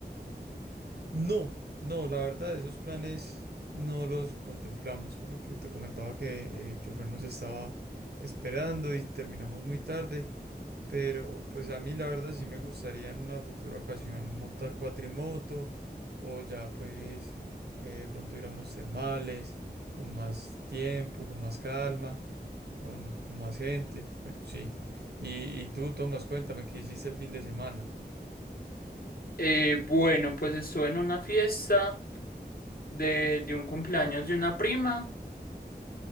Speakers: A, on the right; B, on the left.
A: No, no, la verdad, esos planes no los contemplamos, por lo que te comentaba que eh, el chofer nos estaba esperando y terminamos muy tarde. Pero pues a mí la verdad sí me gustaría en una futura ocasión montar cuatrimoto o ya pues eh, de pronto ir a unos termales con más tiempo, con más calma, con, con más gente. Bueno, sí. Y, y tú, Tomás, cuéntame qué hiciste el fin de semana.
B: Eh, bueno, pues estuve en una fiesta de, de un cumpleaños de una prima.